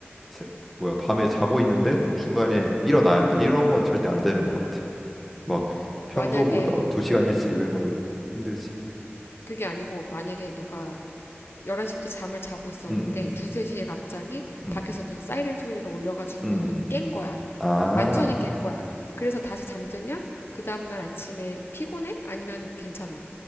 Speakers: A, in the centre; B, on the left.
A: 새- 뭐야 밤에 자고 있는데 중간에 일어나야 한다. 이런 건 절대 안 되는 것 같아. 막 평소보다
B: 만약에
A: 두 시간 일찍 이런 건 힘들지.
B: 그게 아니고 만약에 너가 11시부터 잠을 자고 있었는데
A: 음, 음,
B: 두세 시에 갑자기
A: 음.
B: 밖에서 무슨 사이렌 소리가 울려가지고
A: 음.
B: 깬 거야.
A: 아,
B: 완전히 깬 거야. 그래서 다시 잠들면 그 다음날 아침에 피곤해? 아니면 괜찮아?